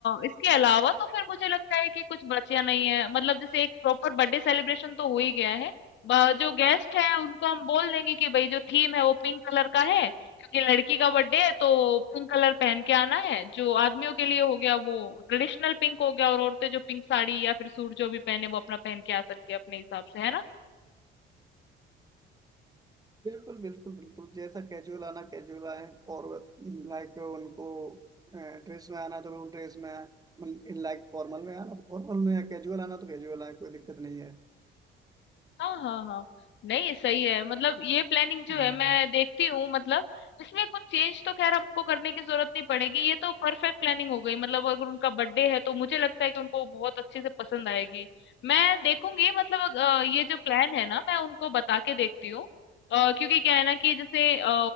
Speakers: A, on the left; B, on the right.
A: इसके अलावा तो फिर मुझे लगता है कि कुछ बचा नहीं है। मतलब जैसे एक प्रॉपर बर्थडे सेलिब्रेशन तो हो ही गया है। ब जो गेस्ट हैं उनको हम बोल देंगे कि भई जो थीम है वो पिंक कलर का है, क्योंकि लड़की का बर्थडे है तो पिंक कलर पहन के आना है। जो आदमियों के लिए हो गया वो ट्रेडिशनल पिंक हो गया और औरतें जो पिंक साड़ी या फिर सूट जो भी पहने वो अपना पहन के आ सकती है अपने हिसाब से, है ना?
B: बिल्कुल बिल्कुल बिल्कुल जैसा कैजुअल आना कैजुअल आए और लाइक उनको ड्रेस में आना तो बिल्कुल ड्रेस में आए लाइक फॉर्मल में आना तो फॉर्मल में आए कैजुअल आना तो कैजुअल आए कोई दिक्कत नहीं है
A: हाँ हाँ हाँ नहीं सही है मतलब ये प्लानिंग जो
B: हम्म।
A: है मैं देखती हूँ मतलब इसमें कुछ चेंज तो खैर हमको करने की जरूरत नहीं पड़ेगी ये तो परफेक्ट प्लानिंग हो गई मतलब अगर उनका बर्थडे है तो मुझे लगता है कि उनको बहुत अच्छे से पसंद आएगी मैं देखूंगी मतलब अग- अ, ये जो प्लान है ना मैं उनको बता के देखती हूँ अ, क्योंकि क्या है ना कि जैसे अ,